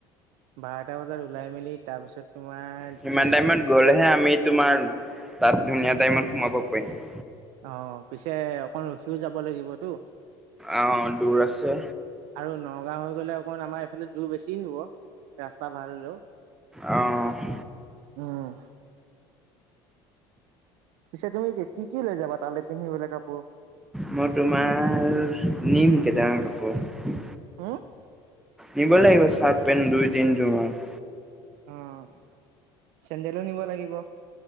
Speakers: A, on the right (about 70°); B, in the centre.
A: বাৰটা বজাত লাই মেলি তাৰ পিছত তোমাৰ
B: সিমান
A: ধুনীয়াকে
B: টাইমত গ'লেহে আমি তোমাৰ তাত ধুনীয়া টাইমত সোমাব পাৰিম।
A: অ পিছে অকন ৰখিও যাব লাগিবতো।
B: অ', দূৰ আছে
A: আৰু নগাঁও হৈ গলে অকণ আমাৰ এইফালে দুৰ বেছি হব। ৰাস্তা ভাল হলেও।
B: আহঁ <unintelligible>
A: উম পিছে তুমি কি কি লৈ যাবা তালৈ পিন্ধিবলে কাপোৰ?
B: মই তোমাৰ নিম কেইটামান কাপোৰ।
A: হো?
B: নিব লাগিব চাৰ্ট পেণ্ট দুই তিনযোৰমান।
A: অঁ চেন্দেলো নিব লাগিব।